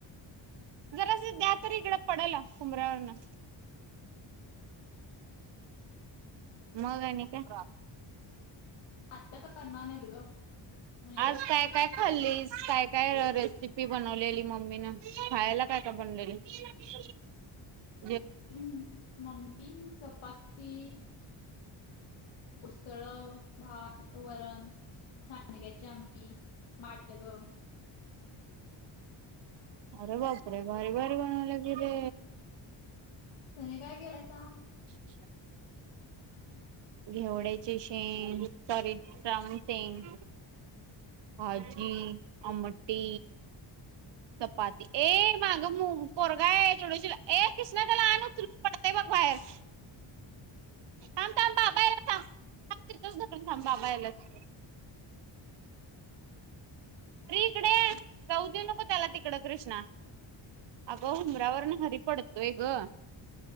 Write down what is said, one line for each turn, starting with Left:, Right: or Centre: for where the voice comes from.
Right: जरास द्या तरी इकडं पडल हूंबऱ्यावरण मग आणि काय
Left: आत्या काय करणार नाहीत ग म्हणे
Right: आज काय काय खल्लीस काय काय रेसिपी बनवलेली मम्मीनं खायाला काय काय बनवलेली <inaudible>
Left: हम्म मम्मी चपाती उसळ भात वरण सांडग्याची आमटी माटगं
Right: अरे बापरे भारी भारी बनवल्या की रे
Left: तुम्ही काय केलायसा
Right: <unintelligible> घेवड्याची शेंग सॉरी प्रावून सेंग भााजी आमटी चपाती ए मागं मु पोरगाय तुडवशील ए किशणा त्याला आण उचलून पडतय बघ बाहेर थांब थांब बाबा यायल्यात थांब थांब तिथच धरून थांब बाबा यायल्यात श्री इकड ये जाऊ देऊ नको त्याला तिकड कृष्णा अगं हुंबऱ्यावरण घरी पडतोय ग